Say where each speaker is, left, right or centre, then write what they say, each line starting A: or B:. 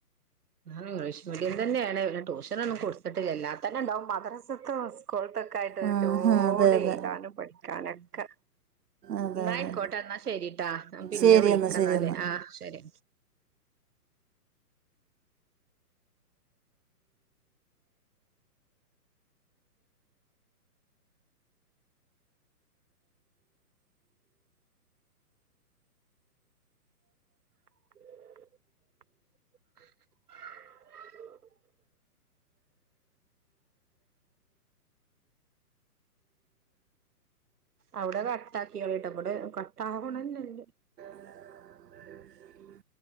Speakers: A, on the right; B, on the right.
A: ഞാൻ ഇംഗ്ലീഷ് മീഡിയം തന്നെയാണ് ട്യൂഷന ഒന്നും കൊടുത്തിട്ടില്ലല്ലോ അല്ലാതെ തന്നെ ഉണ്ടാവും മദ്രസത്തി സ്കൂളിതെ ക്കായിതാ
B: ആ
A: ലോഡ്
B: അതെ അതെ
A: എഴുതാനും പഠിക്കാനോഒക്കെ
B: അതെ
A: ന്നായ്ക്കോട്ടെ
B: അതെ
A: ന്നാ ശരിട്ടാ ഞാ പിന്നെ
B: ശരി
A: വിളിക്കന്നാല്
B: എന്നാൽ ശരി എന്നാൽ
A: ആഹ് ശരി. <unintelligible> അവടെ കട്ടാക്കിയളിട്ട ഇവടെ കട്ടാവ്ണെഞ്ഞല്ല.
B: <inaudible>